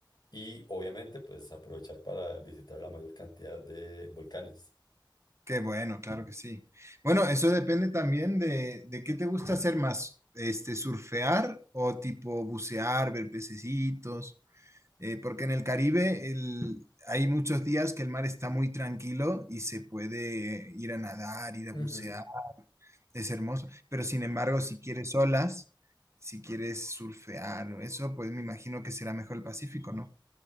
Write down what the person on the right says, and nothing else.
qué bueno, claro que sí. Bueno, eso depende también de, de qué te gusta hacer más, este, surfear o tipo bucear, ver pececitos. eh, porque en el Caribe el- hay muchos días que el mar está muy tranquilo y se puede ir a nadar, ir
a bucear, es hermoso. Pero sin embargo, si quieres olas, si quieres surfear o eso, pues me imagino que será mejor el Pacífico, ¿no?